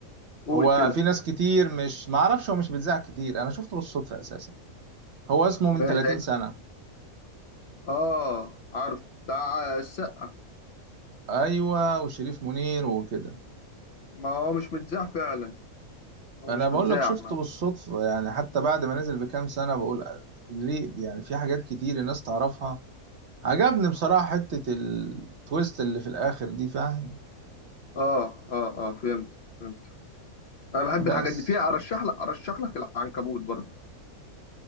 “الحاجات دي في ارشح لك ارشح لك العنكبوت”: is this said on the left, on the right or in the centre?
Left